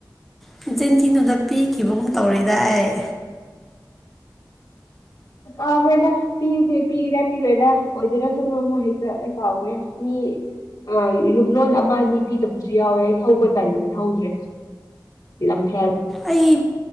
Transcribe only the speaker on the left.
ꯑ ꯐꯦꯗ ꯄꯤꯔ ꯄꯤꯔ ꯄꯤꯔꯦꯗ ꯑꯣꯏꯖꯔꯀꯅꯨ ꯑꯃ ꯍꯦꯛꯇ ꯑꯩ ꯀꯥꯎꯒ꯭ꯔꯦ ꯃꯤ ꯑ ꯂꯣꯟ ꯑꯃ ꯑꯅꯤ ꯄꯤꯗꯕꯁꯨ ꯌꯥꯎꯋꯦ ꯑꯩ ꯊꯧꯕ ꯇꯁꯤꯗ ꯊꯧꯗ꯭ꯔꯦ ꯂꯝꯐꯦꯜ